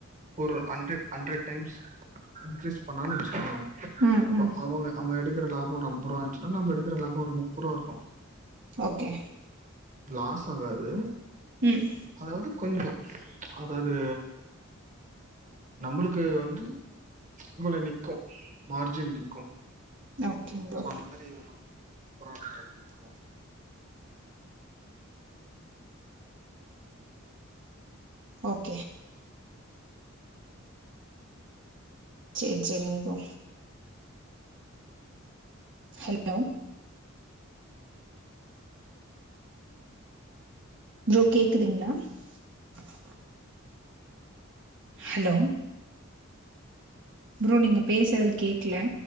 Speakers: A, on the right; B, on the right.
A: ஒரு அண்ட்ரட் ஹண்ட்ரட் டைம்ஸ் இன்க்ரீஸ் பண்ணான்னு வச்சுக்காங்க
B: ம்
A: இப்ப
B: ம்
A: அவங்க அவங்க எடுக்கற லாபம் ஒரு அம்பது ரூபா இருந்துச்சுா நம்ம எடுகுற லாபம் முப்பது ருபா இருக்கு
B: ஓகே
A: லாஸ் ஆகாது
B: ம்
A: அதாவது கொஞ்சோ அதாவது நம்மளுக்கு வந்து இவள நிக்கு மார்ஜின் நிக்கு
B: ஓகேங் ப்ரோ
A: சோ அந்த மாரி வரு ஒரு போராட்ட வக்கணு
B: ஓகே சேரி சேரி இங்கே ஹலோ ப்ரோ கேக்குதுங்களா <inaudible> ஹலோ ப்ரோ நீங்க பேசுறது கேக்கல